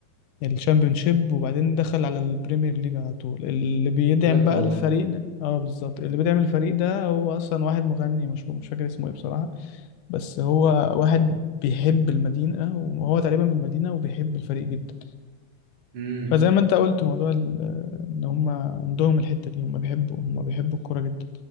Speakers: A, on the left; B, on the right.
A: الشامبيونشيب وبعدين دخل على البريمير ليج على طول اللي بيدعم
B: بجد
A: بقى
B: والله
A: الفريق ده اه بالظبط اللي بيدعم الفريق ده هو اصلا واحد مغني مشهور مش فاكر اسمه ايه بصراحة بس هو واحد بيحب المدينة وهو تقريبا من المدينة وبيحب الفريق جدا
B: مم.
A: فزي ما انت قلت موضوع ال- ان هم عندهم الحتة دي هم بيحبوا هم بيحبوا الكورة جدا